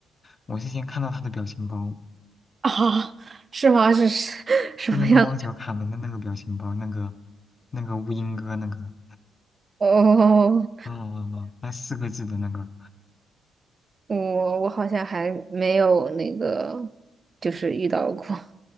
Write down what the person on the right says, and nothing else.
<laughs> 啊，是吗？是是 <laughs> 什么样
哦，<laughs> 哦，
我我好像还没有那个，就是遇到过。<laughs>